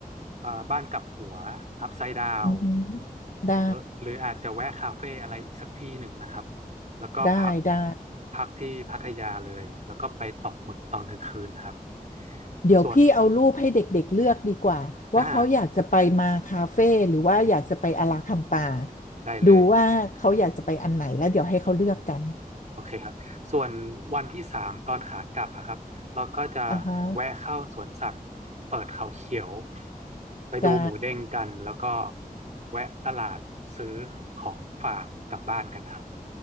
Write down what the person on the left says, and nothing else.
อือฮึได้
ได้ได้
เดี๋ยวพี่เอารูปให้เด็กๆเลือกดีกว่าว่าเขาอยากจะไปมาคาเฟ่หรือว่าอยากจะไปอาราคัมปา
ดูว่าเขาอยากจะไปอันไหนแล้วเดี๋ยวให้เขาเลือกกัน
อ่าฮะ
ได้